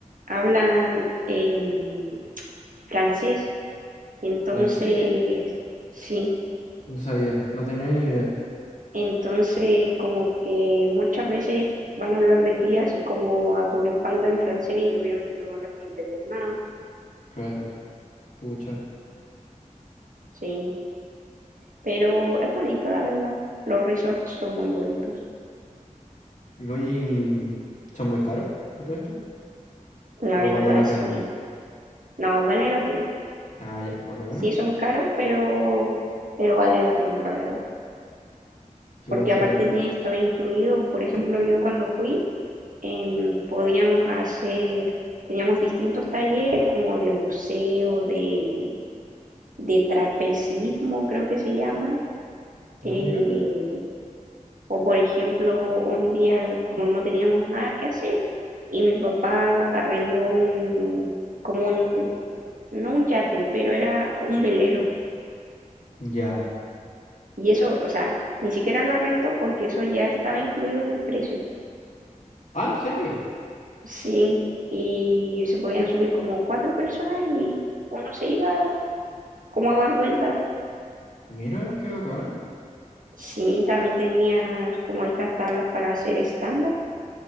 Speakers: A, on the right; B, on the left.
A: hablan em, francés Entonces,
B: ¿Francés?
A: sí,
B: No sabía, no tenía ni idea.
A: entonces como que muchas veces van a hablar de ti así como a tus espaldas en francés y obviamente tú no les vas a entender nada,
B: Claro, pucha.
A: sí, pero es bonito la verdad, los resorts son muy bonitos,
B: No, ¿Y son muy caros a todo esto?
A: la
B: ¿O
A: verdad
B: vale la
A: sí,
B: pena?
A: no, vale la pena,
B: Ah, ya, por lo menos.
A: sí son caros, pero, pero vale la pena la verdad,
B: Qué
A: porque
B: bueno saberlo.
A: aparte tienes todo incluido, por ejemplo yo cuando fui em, podíamos hacer, teníamos distintos talleres como de buceo, de, de trapecismo, creo que se llama. eh,
B: No, mira. eh.
A: o por ejemplo, un día como no teníamos nada que hacer y mi papá arrendó un, como un, no un yate, pero era un velero.
B: Ya.
A: Y eso, o sea, ni siquiera lo arrendó porque eso ya estaba incluido en el precio.
B: Ah, ¿en serio?
A: Sí, y se podían subir como cuatro personas y uno se iba como dar vueltas.
B: Mira, qué bacán.
A: Sí, también tenías como estas tablas para hacer stand-up.